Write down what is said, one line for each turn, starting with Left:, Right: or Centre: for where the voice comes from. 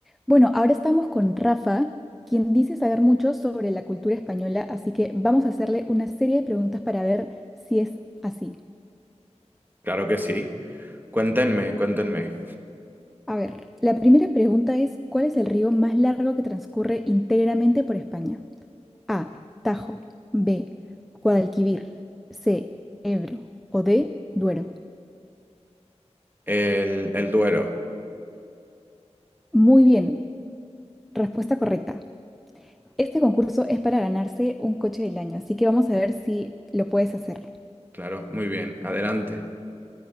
Centre: Bueno, ahora estamos con Rafa, quien dice saber mucho sobre la cultura española, así que vamos a hacerle una serie de preguntas para ver si es así.
Right: Claro que sí. Cuéntenme, cuéntenme.
Centre: A ver, la primera pregunta es, ¿cuál es el río más largo que transcurre íntegramente por España? A, Tajo, B, Guadalquivir, C, Ebro o D, Duero.
Right: El, el Duero.
Centre: Muy bien, respuesta correcta. Este concurso es para ganarse un coche del año, así que vamos a ver si lo puedes hacer.
Right: Claro, muy bien. Adelante.